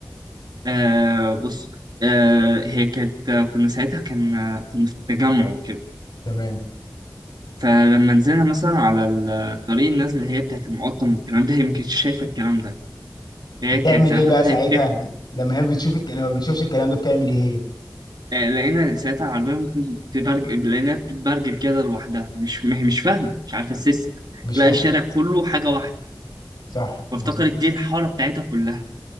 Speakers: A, on the right (about 75°); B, on the left (about 80°).
A: آه بص آه هي كانت كنا ساعتها كان كنا في تجمع وكده
B: تمام
A: فلما نزلنا مثلا على الطريق النازل اللي هي بتاعت المقطم والكلام ده هي ما كانتش شايفة الكلام ده هي
B: بتعمل
A: كانت ساعتها
B: ايه بقى
A: بدأت
B: ساعتها
A: تحب
B: لما هي بتشوف الك... لما بتشوفش الكلام ده بتعمل ايه هي
A: آه، لقينا ساعتها العربية ممكن تبرج لقيناها بتبرجل كده لوحدها مش ما هي مش فاهمة مش عارفة السيستم
B: مش
A: لقى
B: مف...
A: الشارع كله حاجة واحدة
B: صح
A: فافتكرت
B: مظبوط
A: دي الحارة بتاعتها كلها